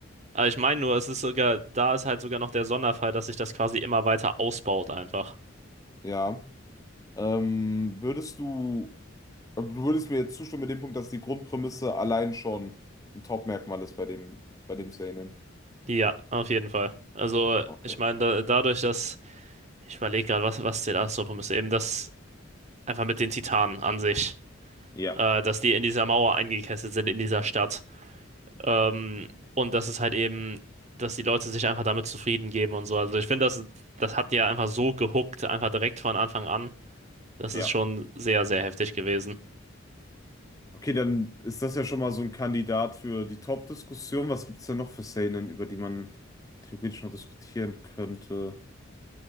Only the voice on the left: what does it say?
Ja. Ähm, würdest du, du würdest mir jetzt zustimmen mit dem Punkt, dass die Grundprämisse allein schon ein Top-Merkmal ist bei dem, bei dem Seinen?
Okay.
Ja,
ja.
Okay, dann ist das ja schon mal so ein Kandidat für die Top-Diskussion. Was gibt es denn noch für Szenen, über die man theoretisch noch diskutieren könnte?